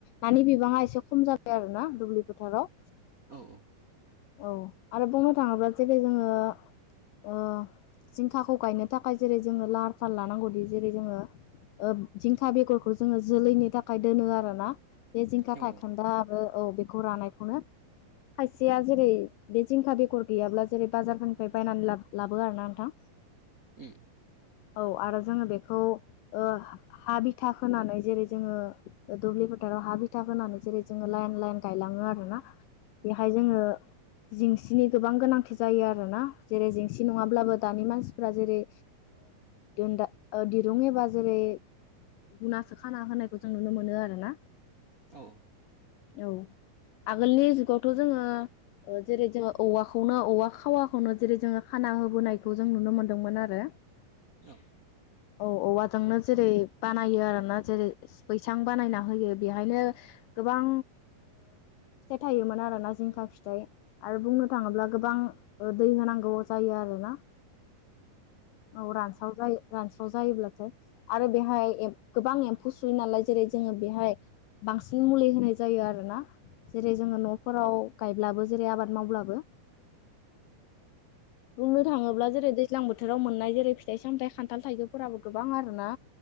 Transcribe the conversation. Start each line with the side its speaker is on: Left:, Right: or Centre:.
Left: नानि बिबाङा एसे खम जाबाय आरो ना दुब्लि फोथाराव
Right: औ औ
Left: औ आरो बुंनो थाङोब्ला जेरै जोङो ओ जिंखाखौ गायनो थाखाय जेरै जोङो लाहार फाहार लानांगौदि जेरै जोङो ओ जिंखा बेगरखौ जोङो जोलैनि थाखाय दोनो आरो ना बे जिंखा
Right: औ
Left: थाइ खोनदा आरो औ बेखौ रानायखौनो खायसेया जेरै बे जिंखा बेगर गैयाब्ला जेरै बाजारफोरनिफ्राय बायनानै ला लाबो आरो ना नोंथां
Right: उम
Left: औ आरो जोङो बेखौ ओ हा बिथा होनानै जेरै जोङो दुब्लि फोथाराव हा बिथाब होनानै जेरै जोङो लाइन लाइन गायलाङो आरो ना बेहाय जोङो जेंसिनि गोबां गोनांथि जायो आरो ना जेरै जेंसि नङाब्लाबो दानि मानसिफ्रा जेरै देनदा दिरुुं एबा जेरै गुना खाना होनायखौ जों नुनो मोनो आरो ना
Right: औ
Left: औ आगोलनि जुगावथ' जोङो जेरै जोङो औवाखौनो औवा खावाखौनो जेरै जोङो खाना होबोनायखौ जों नुनो मोनदोंमोन आरो
Right: औ
Left: औ औवाजोंनो जेरै बानायो आरो ना जेरै बैसां बानायना होयो बेहायनो गोबां फिथाइ थायोमोन आरो ना जिंखा फिथाइ आरो बुंनो थाङोब्ला गोबां दै होनांगौ जायो आरोना औ रानस्राव जायो रानस्राव जायोब्लाथाय आरो बेहाय गोबां एम्फौ सुयो नालाय जेरै जोङो बेहाय बांसिन मुलि होनाय जायो आरोना जेरै जोङो न'फोराव गायब्लाबो जेरै आबाद मावब्लाबो बुंनो थाङोब्ला जेरै दै दैज्लां बोथोराव मोननाय जेरै फिथाइ सामथाइ खान्थाल थाइजौफोराबो गोबां आरो ना